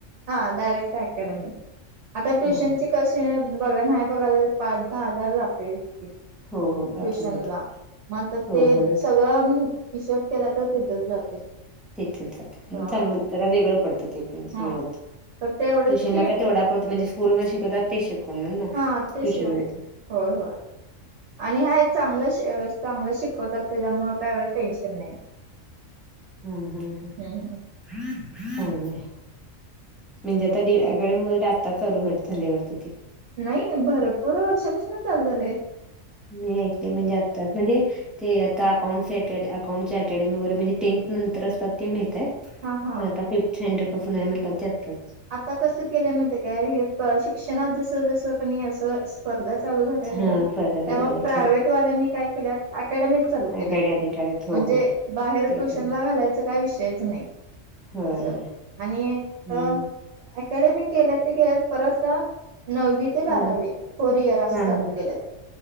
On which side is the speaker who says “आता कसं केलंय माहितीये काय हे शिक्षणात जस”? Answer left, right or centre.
Right